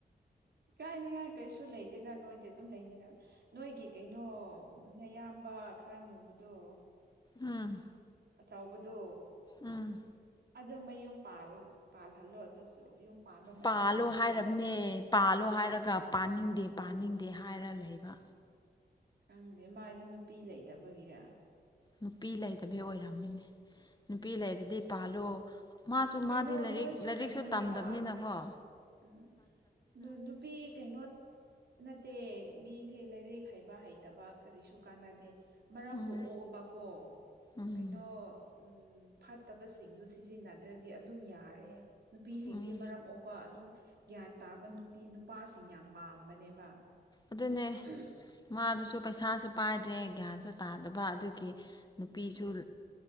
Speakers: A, on the right (about 75°); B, on the left (about 25°).
A: ꯏ ꯀꯥꯏꯅꯤꯉꯥꯏ ꯀꯩꯁꯨ ꯂꯩꯇꯦꯗ ꯅꯣꯏ ꯇꯤ ꯑꯗꯨꯝ ꯂꯩꯃꯤꯟꯅꯕ ꯅꯣꯏꯒꯤ ꯀꯩꯅꯣ ꯅꯌꯥꯝꯕ ꯈꯔ ꯃꯨꯕꯗꯣ
B: ꯎꯝ
A: ꯑꯆꯧꯕꯗꯣ
B: ꯎꯝ
A: ꯑꯗꯨ ꯃꯌꯨꯝ ꯄꯥꯜ ꯄꯥꯜꯍꯜꯂꯣ ꯑꯗꯨꯁꯨ ꯌꯨꯝ ꯄꯥꯟꯕ ꯃꯇꯝ
B: ꯄꯥꯜꯂꯣ
A: ꯍꯦꯟꯒꯗꯧꯔꯦ
B: ꯍꯥꯏꯔꯕꯅꯦ ꯄꯥꯜꯂꯣ ꯍꯥꯏꯔꯒ
A: ꯎꯝ
B: ꯄꯥꯅꯤꯡꯗꯦ ꯄꯥꯅꯤꯡꯗꯦ ꯍꯥꯏꯔ ꯂꯩꯕ
A: ꯈꯪꯗꯦ ꯃꯥꯏꯗꯣ ꯅꯨꯄꯤ ꯂꯩꯇꯕꯒꯤꯔ
B: ꯅꯨꯄꯤ ꯂꯩꯇꯕꯩ ꯑꯣꯏꯔꯝꯃꯅꯤ ꯅꯨꯄꯤ ꯂꯩꯔꯗꯤ ꯄꯥꯜꯂꯣ ꯃꯥꯁꯨ ꯃꯥꯗꯤ
A: ꯀꯩꯅꯣ
B: ꯂꯥꯏꯔꯤꯛ
A: ꯅꯣꯏꯁꯨ
B: ꯂꯥꯏꯔꯤꯛꯁꯨ
A: ꯀꯩꯅꯣꯅꯦꯕ
B: ꯇꯝꯗꯝꯅꯤꯅꯀꯣ
A: ꯎꯝ ꯅꯨ ꯅꯨꯄꯤ ꯀꯩꯅꯣ ꯅꯠꯇꯦ ꯃꯤꯁꯦ ꯂꯥꯏꯔꯤꯛ ꯍꯩꯕ ꯍꯩꯇꯕ ꯀꯔꯤꯁꯨ ꯀꯥꯟꯅꯗꯦ ꯃꯔꯝꯕꯨ
B: ꯎꯝ
A: ꯑꯣꯛꯑꯕꯀꯣ
B: ꯎꯝ
A: ꯀꯩꯅꯣ ꯎꯝ ꯐꯠꯇꯕꯁꯤꯡꯗꯨ ꯁꯤꯖꯤꯟꯅꯗ꯭ꯔꯗꯤ ꯑꯗꯨꯝ ꯌꯥꯔꯦ ꯅꯨꯄꯤꯁꯤꯡꯗꯤ
B: ꯎꯝ
A: ꯃꯔꯝ ꯑꯣꯛ ꯄ ꯑꯗꯨꯝ ꯒ꯭ꯌꯥꯟ ꯇꯥꯕ ꯅꯨꯄꯤ ꯅꯨꯄꯥꯁꯤꯡ ꯌꯥꯝ ꯄꯥꯝꯕꯅꯦꯕ
B: ꯑꯗꯨꯅꯦ
A: <unintelligible>
B: ꯃꯥꯗꯨꯁꯨ ꯄꯩꯁꯥꯁꯨ ꯄꯥꯏꯗ꯭ꯔꯦ
A: ꯑꯗꯨꯅ
B: ꯒ꯭ꯌꯥꯟꯁꯨ ꯇꯥꯗꯕ ꯑꯗꯨꯒꯤ ꯅꯨꯄꯤꯁꯨ
A: ꯎꯝ